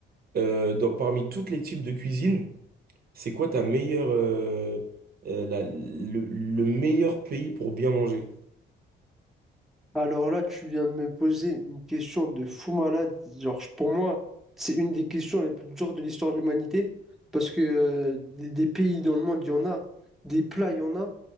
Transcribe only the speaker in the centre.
Alors là, tu viens de me poser une question de fou malade. Genre, je- pour moi, c'est une des questions les plus dures de l'histoire de l'humanité. Parce que euh, des, des pays dans le monde, il y en a. Des plats, il y en a.